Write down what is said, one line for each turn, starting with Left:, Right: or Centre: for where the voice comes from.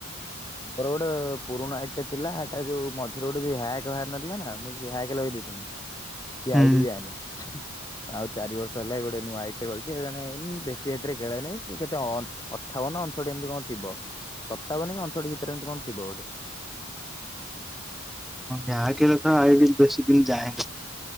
Left: ମୋର ଗୋଟେ ପୁରୁଣା ଏଇଟଟେ ଥିଲା ହେଟା ଯୋଉ ମଝିରେ ଯୋଉ ହ୍ୟାକ୍ ନଥିଲାନା ମୁଁ ସେ ହାକ୍ ମୁଁ ସେଲଗେଇ ଦେଇଥିଲି। ସେଆଇଡି
Centre: ହୁଁ
Left: ଜାଗାରେ। ଆଉ ଚାରି ବର୍ଷ ହେଲା ଗୋଟେ ନୂଆ ଆଇଡ୍ ଖୋଲିଚି ବେଶି ଏତିରେ ଖେଳେ ନାହିଁ କେତ ଅଠାବନ ଅଣଷୋଠି ଏମିତି କଣ ଥିବ ସତାବନକି ଅଣଷଠି ଭିତରେ ଏମିତି କଣ ଥିବ ଗୋଟେ।
Centre: ହଁ <unintelligible> ଆଇଡି ବେଶୀ ଦିନି ଯାଏନି।